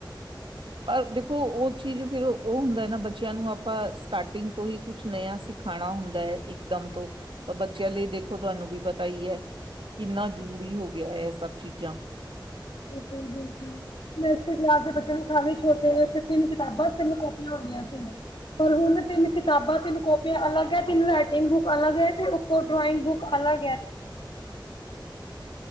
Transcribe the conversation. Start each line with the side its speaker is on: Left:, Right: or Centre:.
Right: ਪਰ ਦੇਖੋ ਊ ਚੀਜ਼ ਫਿਰ ਉਹ ਹੁੰਦਾ ਨਾ ਬੱਚਿਆਂ ਨੂੰ ਆਪਾਂ ਸਟਾਰਟਿੰਗ ਤੋਂ ਹੀ ਕੁਛ ਨਯਾ ਸਿਖਾਣਾ ਹੁੰਦਾ ਏ, ਇਕ ਦਮ ਤੋਂ ਤਾਂ ਬੱਚਿਆਂ ਲੀ ਦੇਖੋ, ਤੁਹਾਨੂੰ ਵੀ ਪਤਾ ਹੀ ਏ ਕਿੰਨਾ ਜ਼ਰੂਰੀ ਹੋ ਗਿਆ ਇਹ ਸਬ ਚੀਜ਼ਾਂ
Left: ਬਿਲਕੁਲ-ਬਿਲਕੁਲ ਕਲਾਸ ਦੇ ਬਚੇ <unintelligible> ਛੋਟੇ ਤਿਨ ਕਿਤਾਬਾਂ ਤਿਨ ਕੋਪਿਆਂ ਹੁੰਦੀਆਂ ਸੀ, ਪਰ ਹੁਣ ਤਿਨ ਕਿਤਾਬਾਂ, ਤਿਨ ਕੋਪਿਆਂ ਅਲਗ ਏ ਤਿਨ ਰਾਇਟਿੰਗ ਬੁਕ ਅਲੱਗ ਏ, ਤੇ ੳਤੋ ਡਰਾਇਨੰਗ ਬੁਕ ਅਲਗ